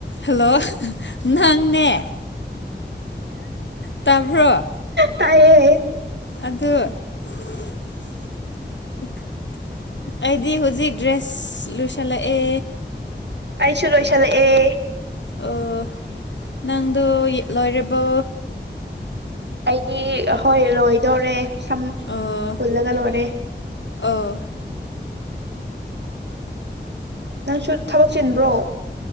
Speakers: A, on the left (about 75°); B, on the right (about 70°).
A: ꯍꯜꯂꯣ ꯅꯪꯅꯦ ꯇꯥꯕ꯭ꯔꯣ
B: ꯇꯥꯏꯌꯦ
A: ꯑꯗꯨ <inaudible> ꯑꯩꯗꯤ ꯍꯧꯖꯤꯛ ꯗ꯭ꯔꯦꯁ ꯂꯣꯏꯁꯜꯂꯛꯑꯦ
B: ꯑꯩꯁꯨ ꯂꯣꯏꯁꯜꯂꯛꯑꯦ
A: ꯎꯝ ꯅꯪꯗꯣ ꯌꯦꯠꯂꯣꯏꯔꯕꯣ
B: ꯑꯩꯗꯤ ꯍꯣꯏ ꯂꯣꯏꯗꯧꯔꯦ ꯁꯝ
A: ꯑꯣ
B: ꯄꯨꯜꯂꯒ ꯂꯣꯏꯔꯦ
A: ꯑꯣ
B: ꯅꯪꯁꯨ ꯊꯕꯛ ꯆꯤꯟꯕ꯭ꯔꯣ